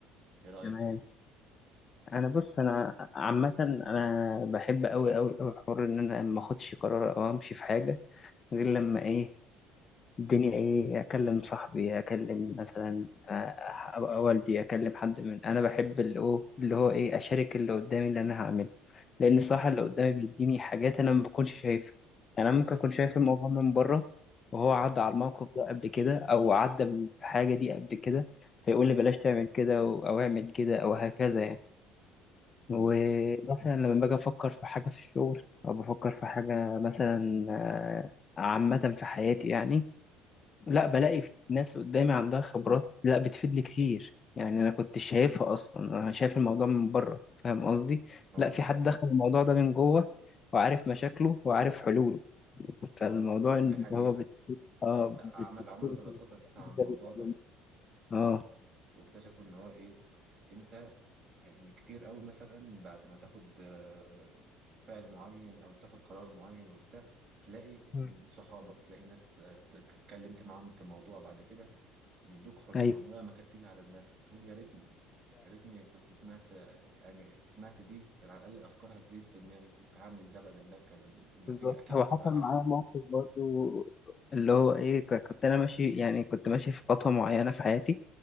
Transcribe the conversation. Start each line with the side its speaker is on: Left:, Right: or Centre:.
Right: ايه رأيك
Left: تمام
Right: فيه؟
Left: انا بص انا عامه انا بحب قوي قوي قوي حوار ان انا ما اخدش قرار او امشي في حاجه غير لما ايه الدنيا ايه اكلم صاحبي اكلم مثلا آه، آه، والدي اكلم حد من انا بحب اللي هو اللي هو ايه اشارك اللي قدامي اللي انا هعمله لان الصراحه
Right: مم.
Left: اللي قدامي بيديني حاجات انا ما بكونش شايفها يعني انا ممكن
Right: ايوه
Left: اكون شايف الموضوع من بره وهو عدى
Right: ايوه
Left: على الموقف ده قبل كده او عدى بحاجه دي قبل كده فيقول لي بلاش تعمل كده او أو اعمل كده او هكذا يعني
Right: مم.
Left: ومثلا لما باجي افكر في حاجه في الشغل او بفكر في حاجه مثلا آه، عامه في حياتي يعني
Right: ايوه
Left: لا بلاقي في ناس قدامي عندها خبرات لا بتفيدني كتير يعني انا كنت شايفها اصلا انا شايف الموضوع من بره فاهم قصدي
Right: اه
Left: لا في حد دخل الموضوع ده من جوه وعارف مشاكله وعارف حلوله فالموضوع
Right: اه
Left: ان
Right: دي حقيقة
Left: هو بت...
Right: تعرف
Left: اه
Right: ده عمل
Left: بت...
Right: عملوا
Left: <laughs>
Right: دراسات اساسا عن
Left: ده
Right: الموضوع
Left: بيتعلم.
Right: ده
Left: اه
Right: واكتشفوا ان هو ايه انت يعني كتير قوي مثلا بعد ما تاخد آه، فعل معين او تاخد قرار معين وبتاع تلاقي
Left: مم.
Right: ان صحابك تلاقي ناس آه، ت- اتكلمت معاهم في الموضوع بعد كده يدوك حلول
Left: ايوه
Right: عمرها ما كانت تيجي على دماغك تقول يا ريتني يا ريتني كنت سمعت آه، يعني سمعت دي كان على الاقل الافكار هتزيد في دماغي كنت هعمل ده بدل ده كان النتيجة
Left: بالظبط
Right: اكيد
Left: هو
Right: هتبقى
Left: حصل
Right: احسن
Left: معايا موقف برضو اللي هو ايه ك- كنت انا ماشي يعني كنت ماشي في خطوه معينه في حياتي